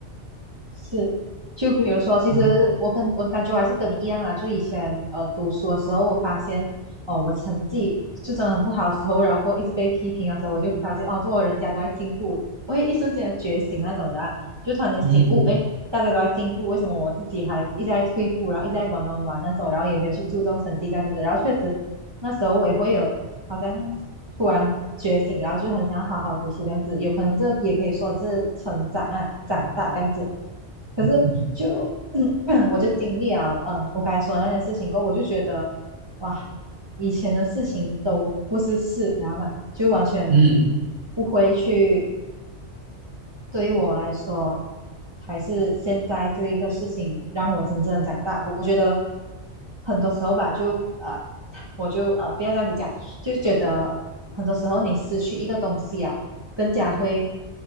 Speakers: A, on the right (about 25°); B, on the right (about 80°).
A: 是，就比如说，其实我跟我感觉我还是跟你一样啦，
B: 嗯
A: 就以前呃读书的时候，我发现哦，我成绩是真的很不好的时候，然后过后一直被批评的时候，我就发现哦，做人家都在进步，我会一瞬间的觉醒那种的啊就突然间醒悟，
B: 嗯
A: 诶，大家都在进步，为什么我自己还一直在退步，然后一直在玩玩玩那种，然后也没有去注重成绩这样子，的，然后确实那时候我也会有好像突然觉醒，然后就很想好好读书这样子。有可能这也可以说是成长啊，长大这样子。可是就
B: 嗯
A: <coughs> 我就经历了，嗯，我刚才说的那件事情过后，我就觉得哇，以前的事情都不是事，然后嘛，就完全
B: 嗯
A: 不会去对于我来说，还是现在这一个事情让我真正的长大。我觉得很多时候吧，就呃，我就呃，不要这样子讲，就觉得很多时候你失去一个东西啊，更加会